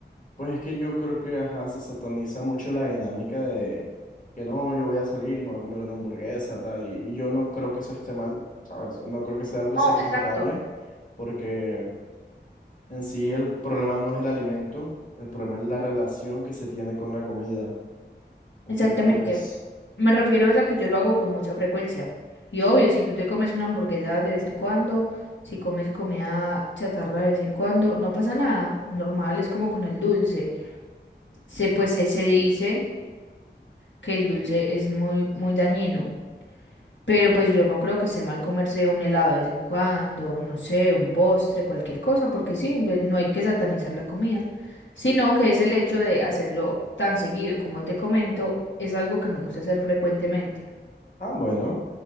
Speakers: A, on the left; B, on the left.
A: pues es que yo creo que, ajá, se sataniza mucho la dinámica de que no, yo voy a salir y me voy a comer una hamburguesa, tal. Y, y yo no creo que eso esté mal, ¿sabes? No creo que sea algo
B: No,
A: sacrificable
B: exacto.
A: porque en sí el problema no es el alimento, el problema es la relación que se tiene con la comida. Entonces,
B: Exactamente.
A: pues,
B: Me refiero es a que yo lo hago con mucha frecuencia. Y obvio, si tú te comes una hamburguesa de vez en cuando, si comes comida chatarra de vez en cuando, no pasa nada. Normal, es como con el dulce. Se, pues se, se dice que el dulce es muy, muy dañino. Pero pues yo no creo que esté mal comerse un helado de vez en cuando, no sé, un postre, cualquier cosa, porque sí, en vez- no hay que satanizar la comida, sino que es el hecho de hacerlo tan seguido, como te comento, es algo que me gusta hacer frecuentemente.
A: ah, bueno,